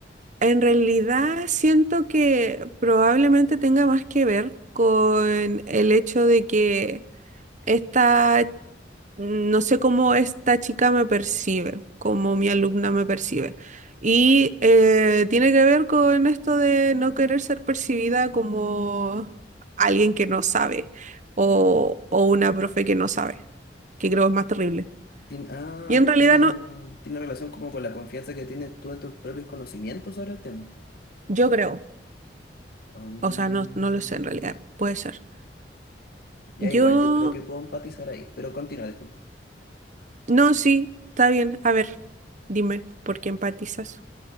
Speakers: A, on the right; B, on the left.
A: En realidad siento que probablemente tenga más que ver con el hecho de que esta no sé cómo esta chica me percibe, cómo mi alumna me percibe. Y eh, tiene que ver con esto de no querer ser percibida como alguien que no sabe o, o una profe que no sabe, que creo es más terrible.
B: Tien- ah,
A: Y en realidad
B: tiene,
A: no,
B: tiene relación como con la confianza que tienes tú en tus propios conocimientos sobre el tema.
A: yo creo,
B: Mm,
A: o sea, no, no lo sé en realidad, puede ser.
B: ya
A: Yo,
B: igual, yo creo que puedo empatizar ahí, pero continúa, disculpa.
A: no, sí, está bien. A ver, dime, ¿por qué empatizas?